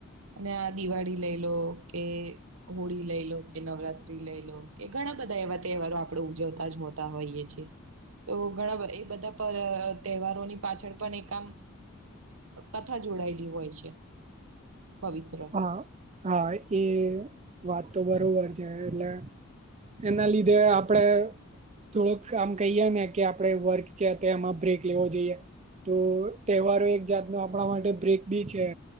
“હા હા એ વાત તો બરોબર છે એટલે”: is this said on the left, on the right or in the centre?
Right